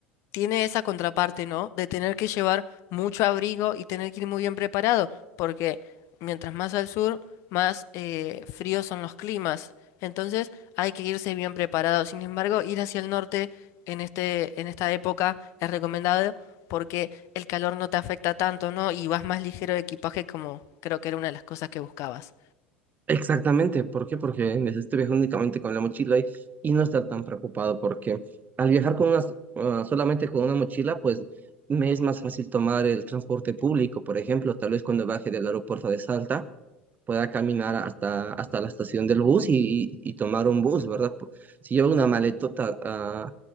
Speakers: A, on the left (about 50°); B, on the right (about 30°).
A: tiene esa contraparte, ¿no? De tener que llevar mucho abrigo y tener que ir muy bien preparado, porque mientras más al sur, más eh, fríos son los climas. Entonces hay que irse bien preparado. Sin embargo, ir hacia el norte en este, en esta época es recomendado porque el calor no te afecta tanto, ¿no? Y vas más ligero de equipaje, como creo que era una de las cosas que buscabas.
B: Exactamente, ¿por qué? Porque necesito viajar únicamente con la mochila y, y no estar tan preocupado porque al viajar con unas- ah, solamente con una mochila, pues me es más fácil tomar el transporte público, por ejemplo, tal vez cuando baje del aeropuerto de Salta pueda caminar hasta, hasta la estación del bus y, y- y tomar un bus, ¿verdad? Po- Si llevo una maletota ah,